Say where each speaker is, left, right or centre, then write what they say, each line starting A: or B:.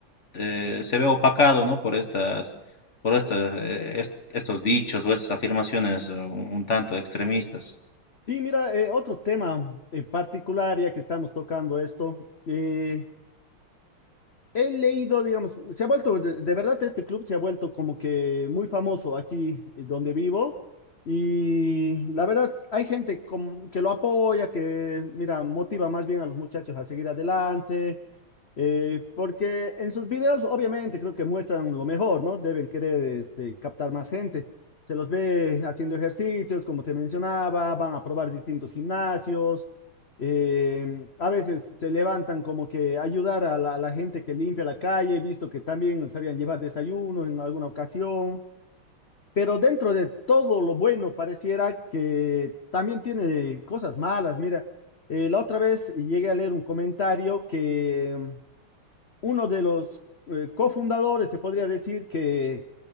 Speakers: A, on the left; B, on the left.
A: eh, se ve opacado, ¿no? Por estas, por estas, eh, est- estos dichos o estas afirmaciones eh, un, un tanto extremistas.
B: Sí, mira, eh, otro tema en particular, ya que estamos tocando esto, eh, He leído, digamos, se ha vuelto, de, de verdad este club se ha vuelto como que muy famoso aquí eh, donde vivo y la verdad hay gente com- que lo apoya, que mira, motiva más bien a los muchachos a seguir adelante, eh, porque en sus videos obviamente creo que muestran lo mejor, ¿no? Deben querer este, captar más gente. Se los ve haciendo ejercicios, como te mencionaba, van a probar distintos gimnasios eh, a veces se levantan como que ayudar a la, a la gente que limpia la calle, visto que también sabían llevar desayuno en alguna ocasión, pero dentro de todo lo bueno pareciera que también tiene cosas malas. Mira, eh, la otra vez llegué a leer un comentario que mm, uno de los eh, cofundadores, se podría decir que